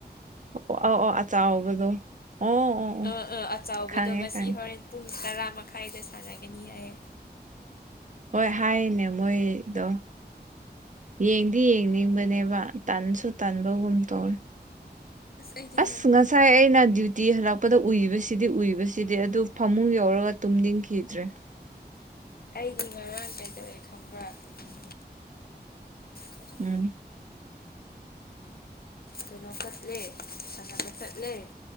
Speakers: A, on the right (about 45°); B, on the left (about 60°).
A: ꯑꯣ ꯑ ꯑꯣ ꯑꯆꯕꯗꯣ ꯑꯣ ꯑꯣ ꯑꯣ
B: ꯑꯥ ꯑꯥ ꯑꯆꯥꯎꯕꯗꯣ
A: ꯈꯪꯉꯦ
B: ꯉ
A: ꯈꯪꯉꯦ
B: ꯍꯣꯔꯦꯟ ꯄꯨꯡ ꯇꯔꯥ ꯃꯈꯥꯏꯗ ꯁꯥꯟꯅꯒꯅꯤ ꯍꯥꯏꯌꯦ
A: ꯍꯣꯏ ꯍꯥꯏꯅꯦ ꯃꯣꯏꯗꯣ ꯌꯦꯡꯗꯤ ꯌꯦꯡꯅꯤꯡꯕꯅꯦꯕ ꯇꯟꯁꯨ ꯇꯟꯕꯒꯨꯝ ꯇꯧꯔ
B: ꯑꯩꯗꯤ
A: ꯑꯁ
B: ꯉꯝꯃꯣꯏ
A: ꯉꯁꯥꯏꯅ ꯇꯤ ꯍꯜꯂꯛꯄꯗ ꯎꯏꯕꯁꯤꯗꯤ ꯎꯏꯕꯁꯤꯗꯤ ꯑꯗꯨ ꯐꯃꯨꯡ ꯌꯧꯔꯒ ꯇꯨꯝꯅꯤꯡꯈꯤꯗ꯭ꯔꯦ
B: ꯑꯩꯗꯤ ꯉꯔꯥꯡ ꯀꯩꯗꯧꯋꯦ ꯈꯪꯕ꯭ꯔꯥ ꯎꯝ ꯀꯔꯤ
A: ꯎꯝ
B: ꯀꯩꯅꯣ ꯆꯠꯂꯦ ꯁꯥꯟꯅꯅꯕ ꯆꯠꯂꯦ